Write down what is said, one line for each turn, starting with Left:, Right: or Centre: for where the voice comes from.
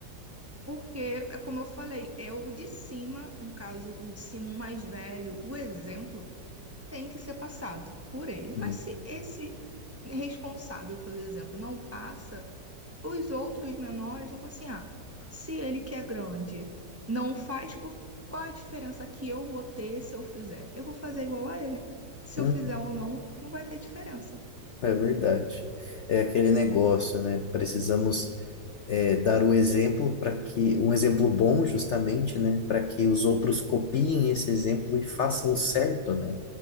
Right: Porque, é como eu falei, é o de cima, no caso, o de cima, o mais velho, o exemplo tem que ser passado por ele. Mas
Left: né?
Right: se esse responsável, por exemplo, não passa, os outros menores vão falar assim: ah, se ele que é grande não faz, por qual a diferença que eu vou ter se eu fizer? Eu vou fazer igual a ele. Se
Left: Hum.
Right: eu fizer ou não, não vai ter diferença.
Left: É verdade. É aquele negócio, né? Precisamos é, dar o exemplo para que, um exemplo bom, justamente, né? Para que os outros copiem esse exemplo e façam o certo, né?